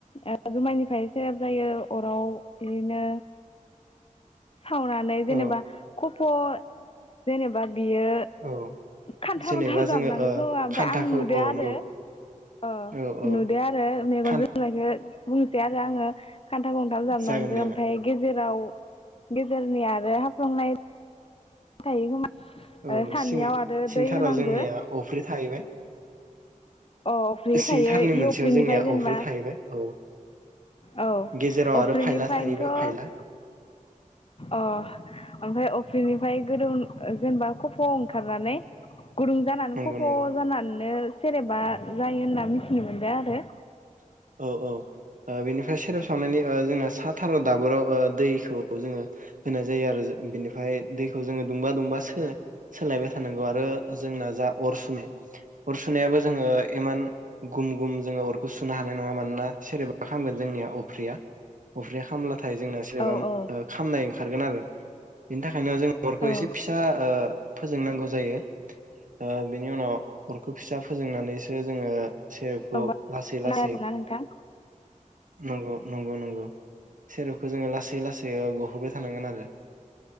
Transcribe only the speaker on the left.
ओ जुमायनिफ्राय सेरेप जायो अराव बिदिनो सावनानै
जेनेबा खफ' जेनेबा बियो
खान्था
मोनथाम
जाबनांगौ
खोमा ओमफ्राय
आं नुदो
आरो।
अ
नुदो आरो मेगनजों
<unintelligible> खो बुंनोसै आरो आङो खान्था गंथाम जाबनांगो
ओमफ्राय
गेजेराव गेजेरनिया आरो हाबफ्लंनाय थायो खोमा
सानियाव
आरो दै होनांगो
अ अफ्रि
थायो इ
अफ्रिनिफ्राय
जेनेबा
औ
अफ्रिनिफ्रायनोथ'
अ ओमफ्राय अ फ्रिनिफ्राय गोदौ जेनेबा खफ' ओंखारनानै गुदुं जानानै
खब'
जानानैनो सेरेबा जायो होनना मिथिनो मोनदों आरो।
औ औ
औ
जेन'बा
आरोना नोंथां